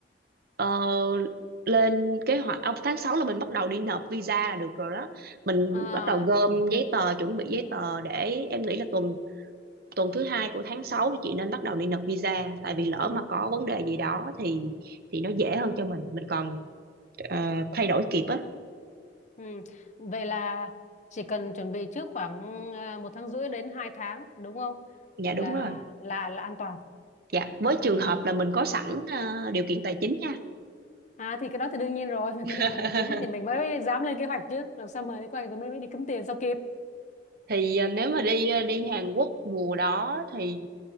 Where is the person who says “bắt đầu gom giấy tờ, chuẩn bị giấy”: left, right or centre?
Right